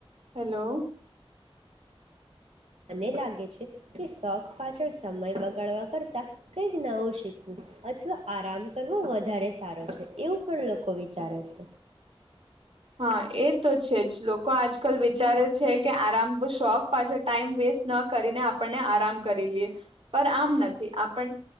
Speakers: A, on the right; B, on the right.
A: હેલો.
B: મને લાગે છે કે શોખ પાછળ સમય બગાડવા કરતાં કંઈક નવો શીખવું અથવા આરામ કરવો વધારે સારો છે. એવું પણ લોકો વિચારે છે.
A: હા એ તો છે. જ લોકો આજકાલ વિચારે છે કે આરામ શોખ પાછળ ટાઈમ વેસ્ટ ન કરીને આપણને આરામ કરી લઈએ પર આમ નથી. આપ